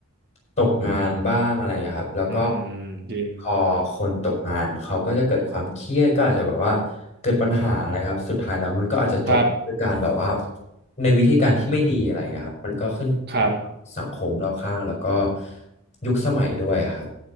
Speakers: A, on the left; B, on the right.
A: ตกงานบ้างอะไรอย่างเงี้ยครับแล้วก็
B: อืมจริง
A: พอคนตกงานเขาก็จะเกิดความเครียดก็อาจจะแบบว่าเกิดปัญหาอะไรครับสุดท้ายแล้วมันก็อาจจะจบด้วยการแบบว่า
B: ครับ
A: ในวิธีการที่ไม่ดีอะไรอย่างเงี้ยครับมันก็ขึ้นอยู่กับสังคมรอบข้างแล้วก็
B: ครับ
A: ยุคสมัยด้วยอะครับ